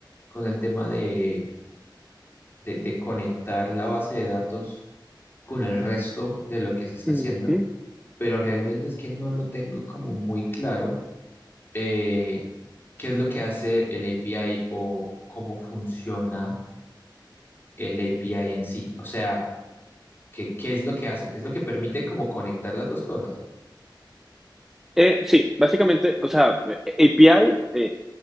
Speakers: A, on the left; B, in the centre.
A: con el tema de, de, de conectar la base de datos con el resto de lo que se está
B: Ujú.
A: haciendo, pero realmente es que no lo tengo como muy claro eh, qué es lo que hace el API o cómo funciona el API en sí. O sea... ¿Qué, qué es lo que hace? Es lo que permite como conectar las dos cosas.
B: Eh, sí, básicamente, o sea, API, eh,